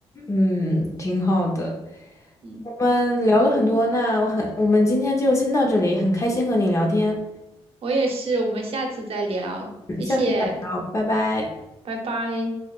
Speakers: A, on the left; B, on the right.
A: 嗯，挺好的。
B: 嗯，
A: 我们聊了很多，那我很，我们今天就先到这里，很开心和你聊天，
B: 我也是，我们下次再聊，
A: 嗯下次再聊，
B: 谢谢，
A: 拜拜。
B: 拜拜。